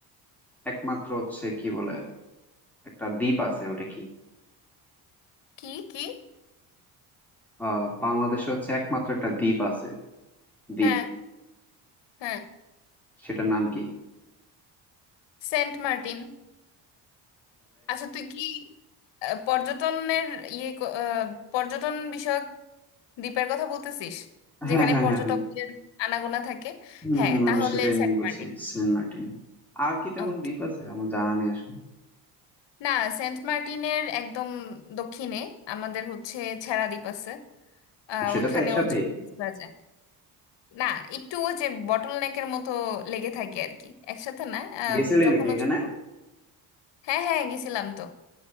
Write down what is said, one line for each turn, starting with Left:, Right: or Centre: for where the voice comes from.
Centre: একমাত্র হচ্ছে কি বলে একটা দ্বীপ আছে ওটা কি
Left: কি কি
Centre: আহ বাংলাদেশে হচ্ছে একমাত্র একটা দ্বীপ আছে দ্বীপ
Left: হ্যাঁ হ্যাঁ
Centre: সেটার নাম কি
Left: সেন্ট মার্টিন আচ্ছা তুই কি আহ, পর্যটনের ইয়ে ক- আহ, পর্যটন বিষয়ক দ্বীপের কথা বলতেছিস
Centre: হ্যাঁ
Left: যেখানে
Centre: হ্যাঁ
Left: পর্যটকদের
Centre: হ্যাঁ হম
Left: আনাগোনা থাকে
Centre: হম
Left: হ্যাঁ তাহলে
Centre: আমি সেটাই
Left: সেন্ট
Centre: মিন করছি
Left: মার্টিন
Centre: সেন্ট মার্টিন আর কি তেমন
Left: ওকে
Centre: দ্বীপ আছে আমার জানা নেই আসলে
Left: না সেন্ট মার্টিনের একদম দক্ষিণে আমাদের হচ্ছে ছেড়া দ্বীপ আছে আহ
Centre: সেটা
Left: ওইখানে
Centre: তো একসাথেই
Left: হচ্ছে tourist রা যায় না একটু ওই যে বটল নেকের মতো লেগে থাকে আর কি একসাথে না আম,
Centre: গেছিলি
Left: যখন
Centre: নাকি
Left: হচ্ছে
Centre: এখানে
Left: হ্যাঁ হ্যাঁ গেছিলাম তো